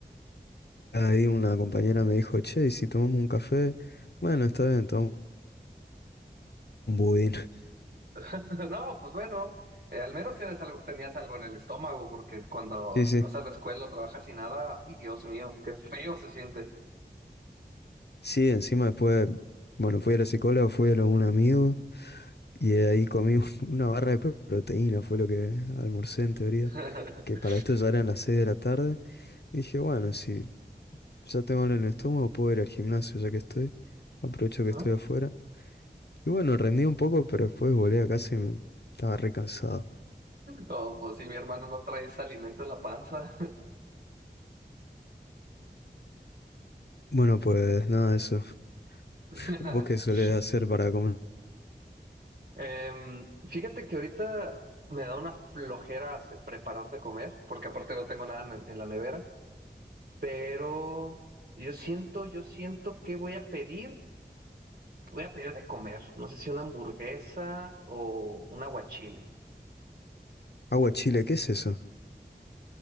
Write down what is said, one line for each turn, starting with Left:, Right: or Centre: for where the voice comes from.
Left: ahí una compañera me dijo, che, ¿y si tomamos un café? Bueno, está bien, tomamos un budín. <laughs>
Right: <laughs> No, pues bueno, eh, al menos tienes algo, tenías algo en el estómago porque cuando
Left: Sí, sí.
Right: vas a la escuela, o trabajas sin nada, ay Dios mío, qué feo se siente.
Left: Sí, encima después, bueno, fui a la psicóloga, fui a lo de un amigo y ahí comí un- <laughs> una barra de proteína, fue lo que almorcé en teoría,
Right: <laughs>
Left: que para esto ya eran las 6 de la tarde. Dije, bueno, si Ya tengo en el estómago, puedo ir al gimnasio ya que estoy. Aprovecho que
Right: ¿No?
Left: estoy afuera. Y bueno, rendí un poco, pero después volé a casa y me... estaba re cansado.
Right: No, pues sí, mi hermano no traes alimento en la panza.
Left: Bueno, pues nada, eso. <laughs>
Right: <laughs>
Left: ¿Vos qué solés hacer para comer?
Right: Em, fíjate que ahorita me da una flojera hacer- preparar de comer porque aparte no tengo nada en en la nevera. Pero yo siento, yo siento que voy a pedir, voy a pedir de comer. No sé si una hamburguesa o un aguachile.
Left: Agua chile, ¿qué es eso?